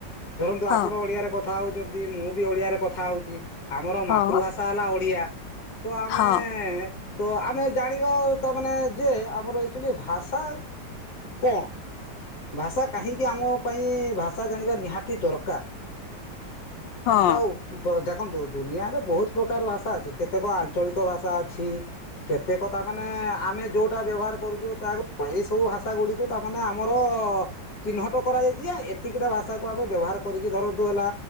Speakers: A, on the left (about 60°); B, on the left (about 75°).
A: ଧରନ୍ତୁ
B: ହଁ
A: ଆପଣ ଓଡିଆରେ କଥା ହଉଛନ୍ତି ମୁଁ ବି ଓଡିଆରେ କଥା ହଉଛି ଆମର
B: ହଁ
A: ମାତୃଭାଷା ହେଲା ଓଡ଼ିଆ। ତ ଆମେ
B: ହଁ
A: ତ ଆମେ ଜାଣିବା ତା ମାନେ ଯେ ଆମର ଏଇଚୁଲି ଭାଷା କଣ ଭାଷା କାହିଁକି ଆମ ପାଇଁ ଭାଷା ଜାଣିବା ନିହାତି ଦରକାର।
B: ହଁ
A: ତାଉ <unintelligible> ଦେଖନ୍ତୁ ଦୁନିଆରେ ବହୁତ ପ୍ରକାର ଭାଷା ଅଛି କେତେକ ଆଞ୍ଚଳିକ ଭାଷା ଅଛି କେତେ କଥା ମାନେ ଆମେ ଯୋଉଟା ବ୍ୟବହାର କରୁଛୁ ତାରୁ ଏଇ ସବୁ ଭାଷା ଗୁଡକୁ ତାମାନେ ଆମର ଚିହ୍ନଟ କରାଯାଇଛି ଏତିକିଟା ଭାଷ ଭାଷାକୁ ଆମେ ବ୍ୟବହାର କରିକି ଧରନ୍ତୁ ହେଲା